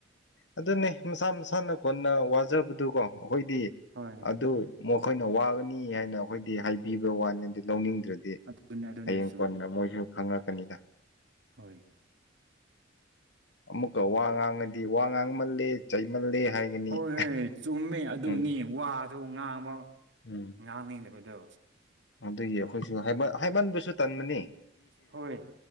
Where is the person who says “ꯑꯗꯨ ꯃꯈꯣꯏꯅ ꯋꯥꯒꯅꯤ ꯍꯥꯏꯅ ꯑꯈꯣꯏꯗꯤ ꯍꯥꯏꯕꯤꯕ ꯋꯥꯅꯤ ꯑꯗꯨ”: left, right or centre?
Left